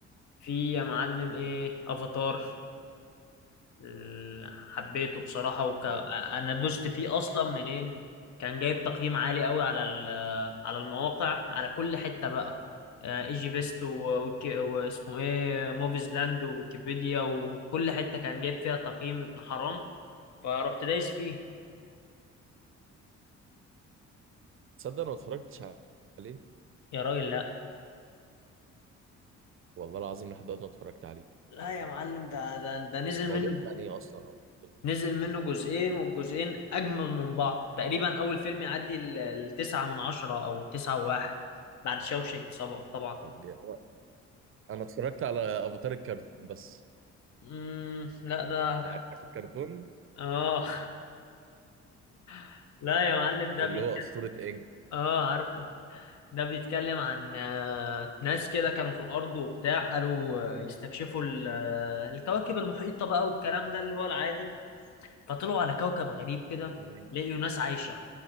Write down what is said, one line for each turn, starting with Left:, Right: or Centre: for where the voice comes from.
Left: في يا معلم ايه افاتار ال- حبيته بصراحة وك...
Right: جامد ده.
Left: أنا دوست فيه أصلا منين كان جايب تقييم عالي قوي على ال... على المواقع على كل حتة بقى آه، ايجي بيست و- وك... واسمه ايه موفيز لاند ويكيبيديا وكل حتة كان جايب فيها تقييم ابن حرام فروحت دايس فيه
Right: تصدق انا ما اتفرجتش عليه
Left: يا راجل لا
Right: والله العظيم لحد دلوقتي ما اتفرجت عليه
Left: لا يا معلم ده ده ده نزل
Right: هو
Left: منه
Right: بيحكي عن ايه اصلا أو قصته؟
Left: نزل منه جزئين والجزئين أجمل من بعض تقريبا أول فيلم يعدي ال- التسعة من عشرة أو تسعة وواحد بعد شاوشنك طبعا
Right: طب جامد. انا اتفرجت على افاتار الكرتون بس
Left: امم لا ده
Right: عارف الكرتون
Left: اه <laughs> لا يا معلم ده
Right: اللي
Left: بي
Right: هو أسطورة إنج
Left: اه عارفه ده بيتكلم عن آه، ناس كده كانوا في الارض وبتاع قالوا آه، يستكشفوا ال- آه، الكواكب المحيطه بقى والكلام ده اللي هو العادي فطلعوا على كوكب غريب كده
Right: مم.
Left: لقيوا ناس عايشة